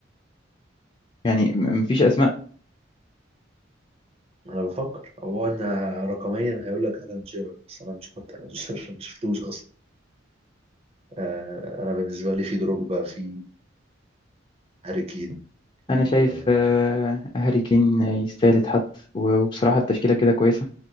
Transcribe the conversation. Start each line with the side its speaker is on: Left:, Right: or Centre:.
Left: يعني م- مفيش اسماء
Right: انا بفكر هو ان رقميا هيقول لك الان شيرر بس انا مش حاطط الان شيرر <laughs> ما شفتوش اصلا آه انا بالنسبه لي في دروجبا في هاري كين في
Left: انا شايف
Right: آه،
Left: آه، هاري كين يستاهل يتحط وبصراحه التشكيله كده كويسه